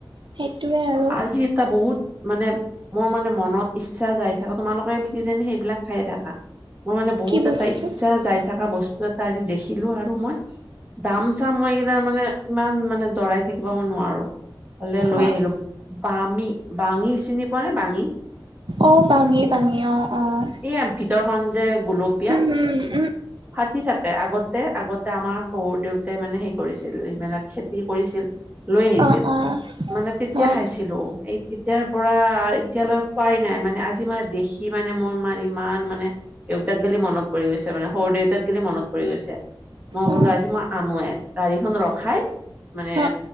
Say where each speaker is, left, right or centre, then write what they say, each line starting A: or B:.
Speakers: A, on the right; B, on the right.
A: সেইটোৱে আৰু
B: আজি এটা বহুত মানে মোৰ মানে মনত ইচ্ছা যাই থকা তোমালোকে কিজানি সেইবিলাক খায়ে থাকা। মোৰ মানে বহুত
A: কি বস্তু
B: এটা ইচ্ছা যাই থকা বস্তু এটা আজি দেখিলো আৰু মই। দাম চাম মই এইকিটা মানে, ইমান মানে দৰাই থাকিব মই নোৱাৰো। হ'লে লৈ
A: অ
B: আহিলো। বামি, বাঙি চিনি পোৱা নে বাঙি?
A: অ', বাঙি, বাঙি অ', অ'।
B: এইয়া ভিতৰখন যে গোলপীয়া।
A: উ।
B: ফাটি থাকে। আগতে আগতে আমাৰ সৰু দেউতাই মানে হেৰি কৰিছিল এইবিলাক খেত খেতি কৰিছিল, লৈ আহিছিল,
A: অ অ
B: মানে তেতিয়া
A: অ অ
B: খাইছিলো। এই তেতিয়াৰ পৰা এতিয়ালৈ খোৱাই নাই মানে আজি মানে দেখি মানে মই মাৰ ইমান মানে দেউতাক গেলি মনত পৰি গৈছে মানে, শহুৰ দেউতাক গেলি মনত পৰি গৈছে। মই বোলো
A: অ
B: আজি মই আনোৱে, গাড়ীখন ৰখাই, মানে
A: অ